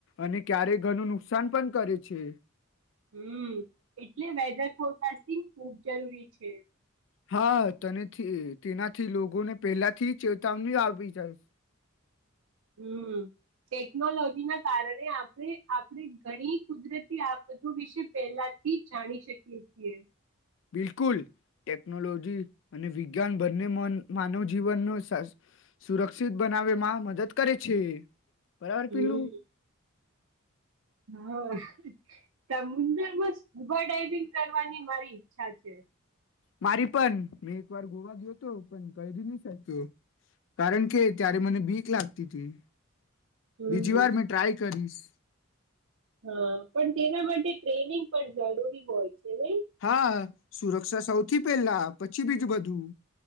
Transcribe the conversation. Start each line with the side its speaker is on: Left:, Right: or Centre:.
Left: અને ક્યારેક ઘરનું નુકસાન પણ કરે છે.
Right: હમ એટલે વેધર ફોરકાસ્ટિંગ ખૂબ જરૂરી છે.
Left: હા તનેથી તેનાથી, લોકોને પહેલા થી ચેતાવણી આવી જાય છે.
Right: હમ ટેકનોલોજી ના કારણે આપણે, આપણે ઘણી કુદરતી આફતો વિશે પહેલાથી જાણી શકીએ છીએ.
Left: બિલકુલ ટેકનોલોજી અને વિજ્ઞાન બંને માનવ જીવનને સુરક્ષિત બનાવવામાં મદદ કરે છે. બરાબર
Right: હમ
Left: પીલું?
Right: હા, સમુંદર માં સ્કૂબા ડાઇવિંગ કરવાની મારી ઈચ્છા છે.
Left: મારી પણ મેં એક વાર ગોવા ગયો હતો. પણ કરી ન શક્યો કારણ કે, ત્યારે મને બીક લાગતી હતી.
Right: હમ
Left: બીજી વાર મેં ટ્રાય કરીશ.
Right: હા પણ, તેના માટે ટ્રેનિંગ પણ જરૂરી હોય છે.
Left: હા, સુરક્ષા સૌથી પેલા પછી બીજું બધું.